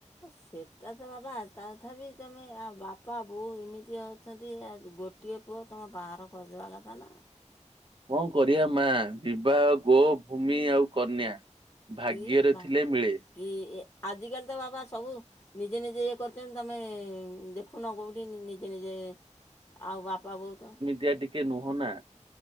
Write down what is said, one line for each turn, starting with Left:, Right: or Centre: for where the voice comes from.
Left: ଅ ସେଟା ତ ବାବା ତଥାପି ତମେ ଆଉ ବାପା ବୋଉ ଏମିତି ଅଛନ୍ତି ଆ ଗୋ ଟିଏ ପୁଅ ତମ ବାହାଘର କରିଦବା କଥା ନା।
Right: କଣ କରିବା ମା ବିବାହ ଗୋ ଭୂମି ଆଉ କନ୍ୟା ଭାଗ୍ୟରେ
Left: କିଏ ବା
Right: ଥିଲେ ମିଳେ
Left: କି ଆଜିକାଲି ତ ବାବା ସବୁ ନିଜେ ନିଜେ ଇଏ କରୁଛନ୍ତି ତମେ ଦେଖୁନ କୋଉଠି ନି-ନିଜେ ନିଜେ ଆଉ ବାପା ବୋଉ ତ
Right: ସିଏ ଟିକେ ନୁହଁ ନା।